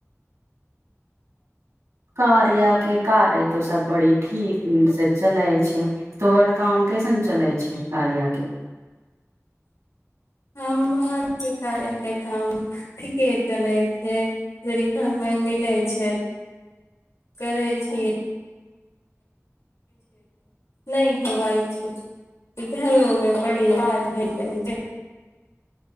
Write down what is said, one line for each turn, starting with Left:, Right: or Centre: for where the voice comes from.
Right: कारया के कार्य तो सब बड़ी ठीक से चलै छै तोहर काम कैसन चलै छै कार्या के
Left: हमर के कार्या के काम ठीके चले छै जरी समय मिलै छै करै छिये नहि होवइ छै घरो मे बड़ी काज <unintelligible> भइ जाइ छै